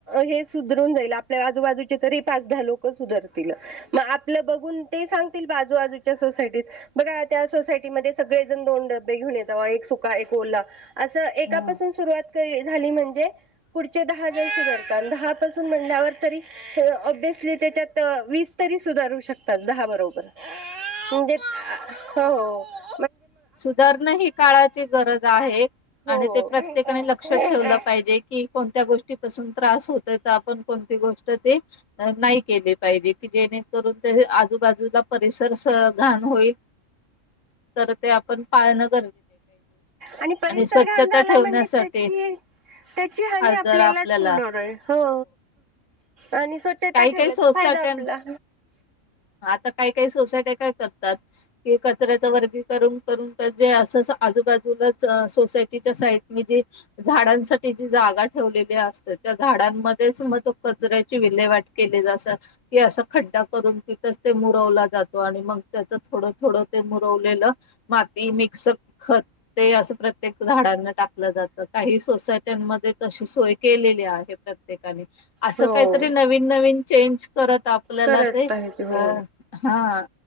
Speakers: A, on the right; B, on the left.
A: हे सुधरून जाईल आपल्या आजूबाजूचे तरी पाच दहा लोक सुधरतील मग आपलं बघून ते सांगतील बाजूबाजूच्या सोसायटीत बघा त्या सोसायटीमध्ये सगळेजण दोन डबे घेऊन येत एक सुका एक ओला असं एकापासून
B: हं.
A: सुरुवात. तर हे झाली म्हणजे पुढचे दहा जन सुधारतात दहा पासून म्हणल्यावर तरी ऑब्सली त्याच्यात वीस तरी सुधारू शकतात दहा बरोबर म्हजेच अअ हो हो. <unintelligible>
B: सुधारण ही काळाची गरज आहे
A: हो
B: आणि ते प्रत्येकाने लक्षात ठेवलं पाहिजे की कोणत्या गोष्टीपासून त्रास होतय आपण कोणती गोष्ट जे अ नाही केले पाहिजे जेणेकरून ते आजूबाजूला परिसरस घाण होईल तर ते आप पालनक
A: आणि परिसर
B: स्वच्छता
A: घाला
B: ठेवण्यासाठी
A: म्हणजे त्याची त्याची हानी
B: आज
A: आपल्यालाच
B: जर आपल्याला
A: होणार आहे हो आणि स्वच्छता
B: काही
A: ठेवल्याचा
B: काही सोसायट्यां
A: फायदा आपला
B: सकाऐट हे सोसायटययाका जपतात एकच कचऱ्या वर्गी करून करून असच आजूबाजूलाच सोसायटीच्या साईड जी झाडांसाठी जी जागा ठेवलेली असते त्या झाडांमध्येच मग तो कचऱ्याची विल्हे वाट केले ज अस के असं खड्डा करून तिथंच ते मुरवला जातो आणि मग त्याच थोडं थोडं ते मुरवलेलं माती मिक्स खत ते असं प्रत्येक झाडांना टाकलं जात काही सोसायट्यांमध्ये तशी सोय केलेली आहे प्रत्येकाने आस
A: हो
B: काहीतरी नवीन नवीन चेंज करत आपल्याला
A: करत
B: जे
A: पाहिजे हो
B: अ हा